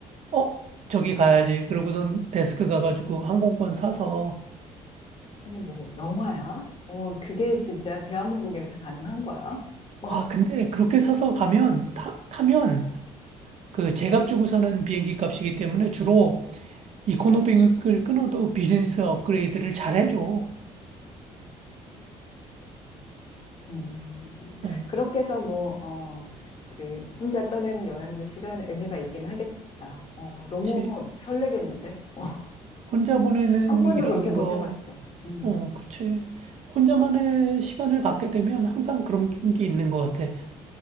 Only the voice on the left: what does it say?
아니, 뭐, 영화야? 어, 그게 진짜 대한민국에서 가능한 거야? <laughs> 어,
음,
그렇게 해서 뭐, 어, 그, 혼자 떠내는 여행도 시간 의미가 있긴 하겠다. 어,
너무 설레겠는데? <laughs>
한 번도
그렇게 못
해봤어. 음,